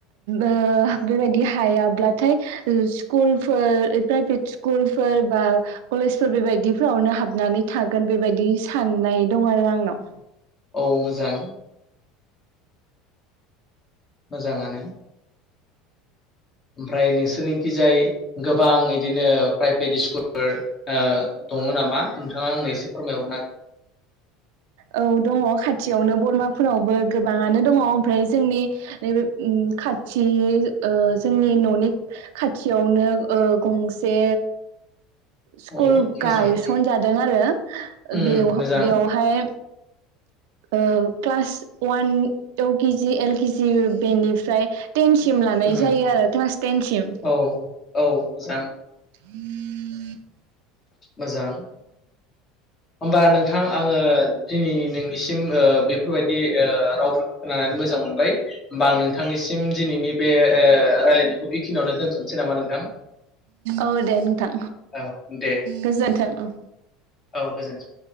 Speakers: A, on the right; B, on the left.
A: ओ बेबायदि हायाब्लाथाय स्कुलफोर प्राइभेट स्कुलफोर बा कलेजफोर बेबायदिफोरावनो हाबनानै थागोन बेबायदि साननाय दं आरो आंनाव।
B: औ मोजां। मोजाङानो। ओमफ्राय नोंसोरनिखि जाय गोबां इदिनो प्राइभेट स्कुलफोर ओ दङ नामा नोंथाङा आंनो एसे फोरमायहरनो हागोन?
A: औ दङ खाथियावनो बरमाफोरावबो गोबाङानो दङ ओमफ्राय जोंनि नैबे उम खाथि ओ जोंनि न'नि खाथियावनो ओ गंसे स्कुल
B: औ मोजां
A: गायसनजादों आरो
B: उम
A: बेव
B: मोजां
A: बेवहाय ओ क्लास वान इउ केजि एल केजि बेनिफ्राय टेन सिम लानाय
B: उम
A: जायो आरो क्लास टेनसिम।
B: औ औ मोजां
A: <inaudible>
B: मोजां। होमबा नोंथां आंङो दिनै बिसिम ओ बेफोरबायदि ओ राव खोनानानै मोजां मोनबाय। बांनो नोंथांनिसिम दिनैनि बे ओ‌ रायलायनायखौ बेखिनियावनो दोनथनसै नामा नोंथां? <unintelligible>
A: औ दे नोंथां
B: औ दे
A: गोजोनथों औ।
B: औ गोजोन्थों।